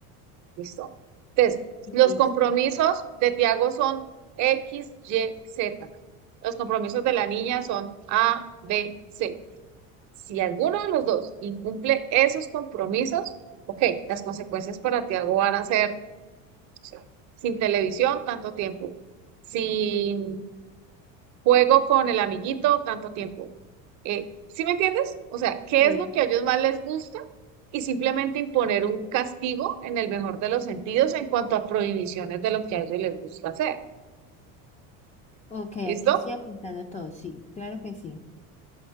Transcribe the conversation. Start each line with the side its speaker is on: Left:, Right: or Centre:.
Right: ¿Listo? Entonces, los
Left: Listo.
Right: compromisos de Tiago son X, Y, Z. Los compromisos de la niña son A, B, C. Si alguno de los dos incumple esos compromisos, ok, las consecuencias para Tiago van a ser, o sea, sin televisión tanto tiempo, sin juego con el amiguito tanto tiempo. Eh, ¿sí me entiendes? O sea, ¿qué
Left: Sí.
Right: es lo que a ellos más les gusta? Y simplemente imponer un castigo en el mejor de los sentidos en cuanto a prohibiciones de lo que a ellos les gusta hacer.
Left: Ok,
Right: ¿Listo?
Left: aquí estoy apuntando todo. Sí, claro que sí.